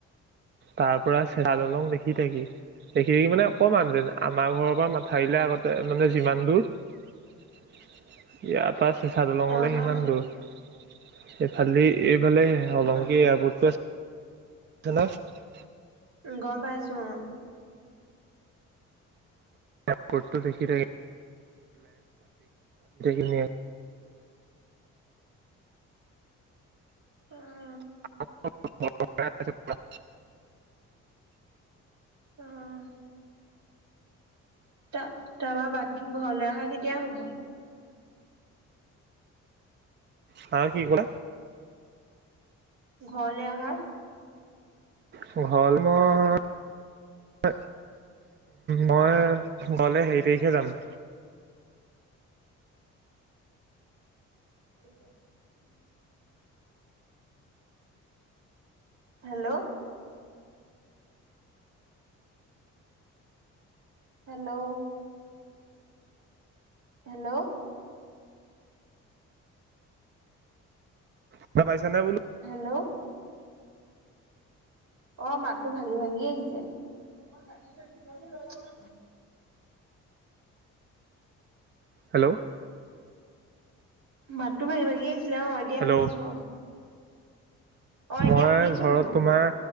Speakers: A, on the right; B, on the right.
A: তাৰ পৰা চেৰা দলং দেখি থাকি। সেইখিনি মানে অকমান যেন আমাৰ ঘৰৰ পৰা মাথাউৰিলে আগতে মানে যিমান দূৰ ইয়াৰ পৰা চেঁচা দলঙলৈ
B: অ
A: সিমান
B: অ
A: দূৰ, সে ফালদি এইফালে হলঙ্গী
B: অ
A: এয়াৰপৰ্টতো আছে, চে নহয়।
B: উম, গম পাইছোঁ, অ'
A: এয়াৰপৰ্টতো দেখি থাকি, <unintelligible>
B: অ'।
A: <unintelligible>
B: <inaudible> উম। তা-তাৰপা বাকী, ঘৰলে অহা কেতিয়া হ'ব?
A: হা কি ক'লা?
B: ঘৰলে অহা
A: ঘৰলে মই এ, মই ঘৰলে হেৰি তাৰিখে যাম
B: <unintelligible> হেল্ল' হেল্ল' হেল্ল'
A: শুনা পাইছানে বো
B: হেল্ল' অ', মাতটো ভাাগি ভাাগি আহিছে, <unintelligible>
A: হেল্ল'।
B: মাতটো ভাগি, ভাগি আহিছিলে, অ', এতিয়া
A: হেল্ল'
B: শুনিছোঁ, অ' অ এতিয়া
A: মই
B: শুনিছো
A: ঘৰত
B: বোলো।
A: তোমাৰ